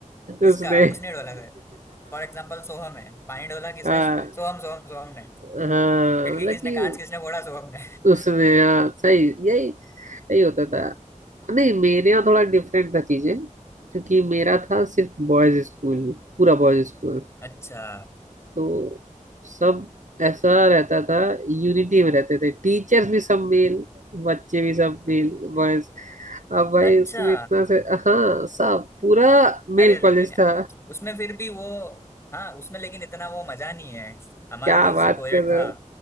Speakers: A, on the left; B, on the right.
A: इसका
B: उसने
A: उसने डोला गया फॉर एग्जाम्पल सोहम है पानी डोला किसने
B: हाँ
A: सोहम सोहम सोहम ने
B: हाँ,
A: खिड़की
B: मतलब
A: किसने
B: कि
A: कांच किसने फोड़ा सोहम ने
B: उसने हाँ सही यही यही होता था नहीं मेरे यहाँ थोड़ा डिफरेंट था चीजें क्योंकि मेरा था सिर्फ बॉयज स्कूल पूरा बॉयज स्कूल
A: <laughs> अच्छा
B: तो सब ऐसा रहता था यूनिटी में रहते थे टीचर्स भी सब मेल बच्चे भी सब मेल बॉयज अब भाई
A: अच्छा
B: उसमें इतना से हाँ सब पूरा मेल
A: अरे लेकिन
B: कॉलेज
A: यार
B: था
A: उसमें फिर भी वो हाँ उसमें लेकिन इतना वो मजा नहीं है हमारा
B: क्या
A: तो जैसे
B: बात
A: कोएड
B: कर रहे
A: था
B: हो